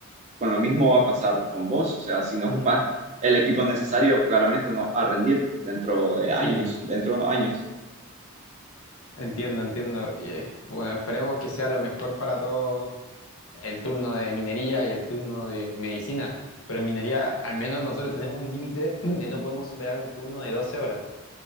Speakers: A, on the right; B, on the left.
A: con lo mismo va a pasar con vos, o sea, si no
B: Ujú,
A: ocupas el equipo necesario, claramente no a rendir dentro de años,
B: Sí.
A: dentro de unos años.
B: Entiendo, entiendo. Y, bueno, esperemos que sea lo mejor para todos el turno de minería y el turno de medicina. Pero en minería, al menos nosotros tenemos un límite <clears throat> de no podemos superar un turno de 12 horas.